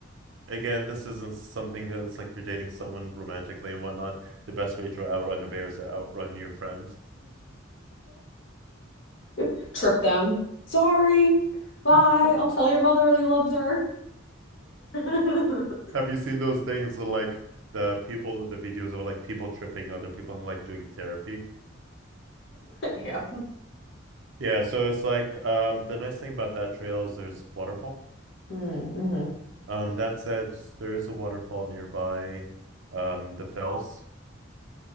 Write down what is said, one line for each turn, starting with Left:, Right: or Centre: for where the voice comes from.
Right: again, this isn't something that's like you're dating someone romantically and whatnot. The best way to outrun a bear is to outrun your friend.
Left: <laughs> Trip them. Sorry. Bye.
Right: <laughs>
Left: I'll tell your mother you loved her. <laughs>
Right: Have you seen those things with, like the people, the videos of like people tripping other people and like doing therapy?
Left: Yeah.
Right: Yeah, so it's like um the nice thing about that trail is there's waterfall.
Left: Mm, Mm-hmm.
Right: Um, that said, there is a waterfall nearby, um, the Fells.